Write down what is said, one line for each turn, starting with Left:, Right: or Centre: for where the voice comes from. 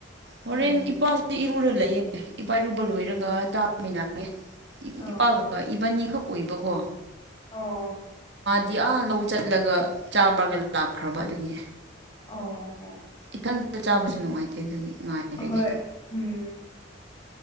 Right: ꯍꯣꯔꯦꯟ
Left: ꯎꯝ
Right: ꯏꯄꯥꯁꯤꯦ ꯏꯔꯨꯔ ꯂꯩꯌꯦꯦ ꯏꯄꯥꯥꯏꯔꯨꯕ ꯂꯣꯏꯔꯒ
Left: ꯎꯝ
Right: ꯇꯥꯕꯃꯤꯟꯅꯦ
Left: ꯑꯣ
Right: ꯏꯄꯥꯒ ꯏꯕꯥꯅꯤꯈꯛ ꯑꯣꯏꯕꯀꯣ
Left: ꯑꯎꯝ
Right: ꯗꯤ ꯑꯥ ꯂꯧ ꯆꯠꯂꯒ ꯆꯥꯕ꯭ꯔꯒ ꯂꯥꯛꯈ꯭ꯔꯕ ꯑꯗꯨꯒꯤ
Left: ꯑꯣ ꯑꯣ
Right: ꯏꯊꯟꯇ ꯆꯥꯕꯁꯨ ꯅꯨꯡꯉꯥꯏꯇꯦ ꯑꯗꯨꯒꯤ ꯉꯥꯏꯔꯒꯦ
Left: ꯍꯣꯏ ꯎꯝ